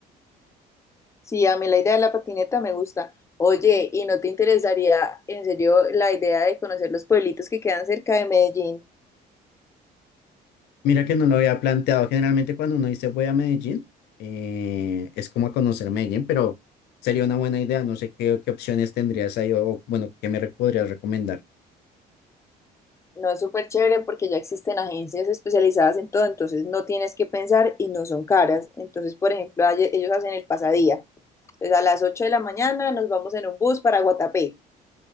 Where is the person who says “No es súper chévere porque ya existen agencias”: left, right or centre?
Left